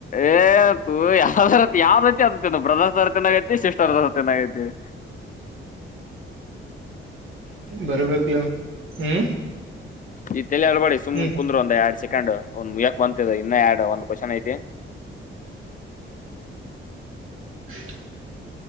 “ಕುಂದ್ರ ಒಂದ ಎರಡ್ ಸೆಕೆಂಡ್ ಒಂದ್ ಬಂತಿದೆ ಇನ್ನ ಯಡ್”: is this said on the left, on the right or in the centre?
Left